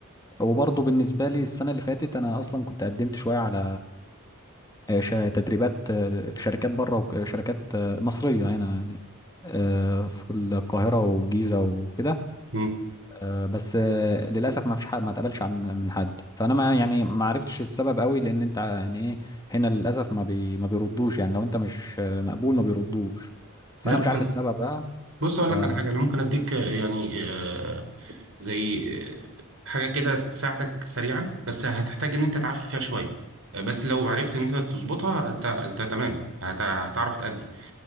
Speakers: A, on the left; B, on the right.
A: وبرضه بالنسبة لي السنة اللي فاتت أنا أصلا كنت قدمت شوية على آه، ش- تدريبات آه، في شركات بره وشركات مصرية هنا يعني آه، في القاهرة والجيزة وكده
B: مم.
A: آه، بس آه، للأسف ما فيش حد ما اتقبلش عن من حد فأنا ما يعني ما عرفتش السبب قوي لأن أنت يعني إيه هنا للأسف ما بي ما بيردوش يعني لو أنت مش آه، مقبول ما بيردوش فأنا
B: لا
A: مش
B: ما
A: عارف
B: انت-
A: السبب بقى
B: بص اقول
A: فشغال
B: لك على حاجه انا ممكن اديك آه، يعني آه زي آه، حاجه كده تساعدك سريعا بس هتحتاج ان انت تعافر فيها شويه آه، بس لو عرفت ان انت تظبطها انت انت تمام هت- هتعرف تأدي